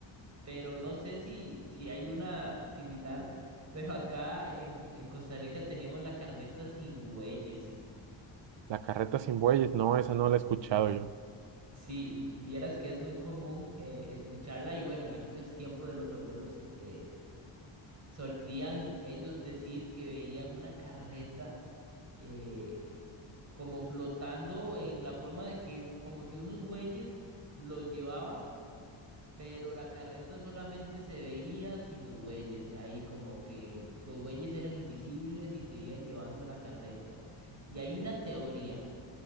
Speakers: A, on the right (about 30°); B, on the right (about 60°).
A: pero no sé si, si hay una similar, pero acá en, en Costa Rica tenemos la carreta sin bueyes.
B: La carreta sin bueyes, no, esa no la he escuchado yo.
A: Sí, vieras que es muy común eh, escucharla y bueno, en aquellos tiempos de los abuelos eh, solían ellos decir que veían una carreta. eh, como flotando en la forma de que como si unos bueyes los llevaban, pero la carreta solamente se veía sin los bueyes, ahí como que los bueyes eran invisibles y se iban llevando la carreta. Y hay una teoría